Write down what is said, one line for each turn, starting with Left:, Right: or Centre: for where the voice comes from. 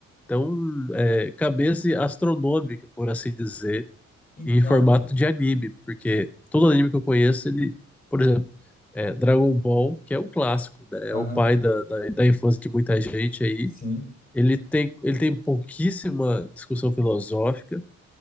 Centre: tão, é, cabeça astronômica, por assim dizer.
Left: Então,
Centre: e em formato de anime, porque todo anime que eu conheço, ele, por exemplo, é Dragon Ball, que é um clássico, né?
Left: aham,
Centre: É o pai da, da, da infância de muita gente aí.
Left: sim.
Centre: Ele tem, ele tem pouquíssima discussão filosófica,